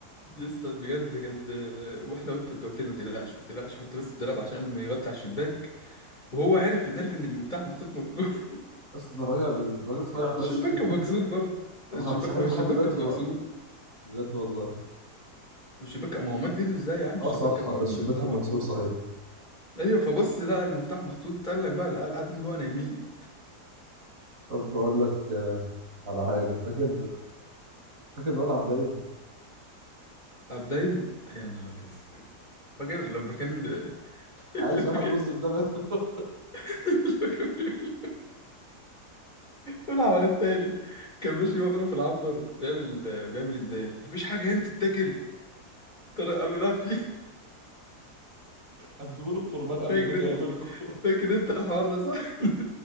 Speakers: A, on the left; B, on the right.
A: يسطا بجد كانت واحنا قلت انت قلت لي ما تقلقش ما تقلقش حط بس الدراب عشان ما يغطي على الشباك وهو عارف ان عارف ان المفتاح محطوط موجود <laughs>
B: بس ده راجل راجل صايع فشخ
A: الشباك
B: <laughs>
A: كان مكسور برضه
B: انا
A: الشباك
B: مش عارف
A: ما هو الشباك
B: لحد دلوقتي
A: كان
B: هو
A: مكسور
B: بجد والله
A: الشباك ما هو مد ايده ازاي يا عم الشباك
B: اه صح
A: كان
B: آه
A: م-
B: ده الشباك
A: بتاع
B: كان مكسور
A: على طول
B: صحيح
A: ايوه فبص لقى المفتاح محطوط قال لك بقى العيال قاعدين جوه نايمين
B: طب هقول لك آه، على حاجه فاكر فاكر الواد عبد الدايم
A: قام دايم يا نهار اسود فاكر لما كان <laughs>
B: عايز
A: لما
B: واحد
A: كان
B: رز بلبن <laughs>
A: <laughs> لما كان بيقول- والعوار التالي <laughs> كان ماشي بره في العنبر بيعمل بيعمل ازاي مفيش حاجه هنا تتاكل طارق قال له لا في
B: قدموا له القربان قبل
A: فاكر
B: ما اجي
A: انت
B: اكلكم
A: فاكر انت الحوار ده صح؟ <laughs>